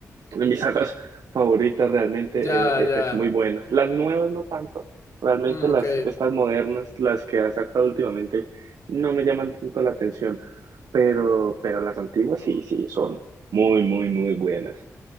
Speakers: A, on the right; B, on the left.
A: de mis <laughs> sagas favoritas, realmente eh,
B: ya, ya.
A: eh, es muy buena. Las nuevas no tanto, realmente
B: Mm,
A: las,
B: ok.
A: estas modernas, las que han sacado últimamente, no me llaman tanto la atención, pero, pero las antiguas sí, sí, son muy, muy, muy buenas.